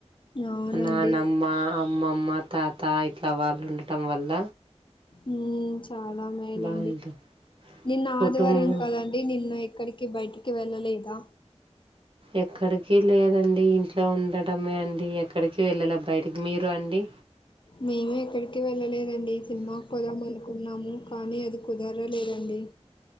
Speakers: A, on the left (about 45°); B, on the right (about 50°).
A: అవునండి
B: నానమ్మ అమ్మమ్మ తాత ఇట్లా వాళ్ళు ఉండటం వల్ల
A: ఉమ్మ్ చాలా మెలండి
B: బాగుంటది
A: నిన్న
B: కుటుంబం
A: ఆదివారం కదం డి నిన్న ఎక్కడికి బయటికి వెళ్ళలేదా
B: ఎక్కడికి లేదండి ఇంట్లో ఉండటమే అండి ఎక్కడికి వెళ్ళాల బయటకి మీరు అండి
A: మేము ఎక్కడికి వెళ్ళలేదండి సినిమాకి పోదామనుకున్నాము కానీ అది కుదరలేదండి